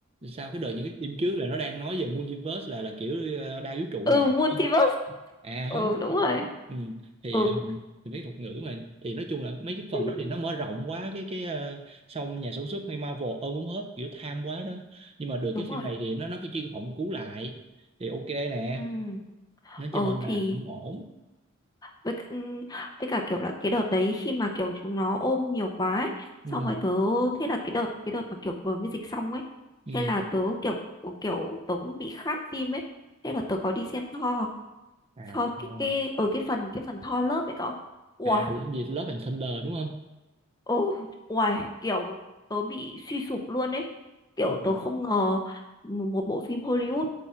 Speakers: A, on the right; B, on the left.
A: sao cái đợt những cái phim trước là nó đang nói về multiverse là là kiểu ờ, đa vũ trụ
B: ừ
A: này nọ đúng
B: multiverse
A: không? à
B: ừ
A: không
B: đúng rồi
A: ừ. thì
B: ừ
A: ờ, thì mấy thuật ngữ mà thì nói chung là mấy cái phần
B: <laughs>
A: đó thì nó mở rộng quá cái cái ờ, xong nhà sản xuất hay Marvel ôm muốn hết kiểu tham quá đó nhưng mà được
B: đúng
A: cái phim
B: rồi
A: này thì nó nó cái chuyên phỏng cứu lại thì ok nè
B: ừ
A: nó
B: ờ
A: cho nên là
B: thì
A: cũng ổn
B: với c- ừm, với cả kiểu là cái đợt đấy khi mà kiểu chúng nó ôm nhiều quá ấy,
A: ừ.
B: xong rồi tớ thế là cái đợt cái đợt mà kiểu vừa mới dịch xong ấy
A: Ừ.
B: thế là tớ kiểu ừ, kiểu tớ cũng bị khát phim ấy thế là tớ có đi xem Thor
A: à
B: Thor
A: thôi.
B: cái cái ở cái phần cái phần Thor lớp ấy cậu Ui
A: à cái gì Love and Thunder đúng không
B: Ồ, uầy, kiểu tớ bị suy sụp luôn ấy. Kiểu
A: ừ.
B: tớ không ngờ m- một bộ phim Hollywood,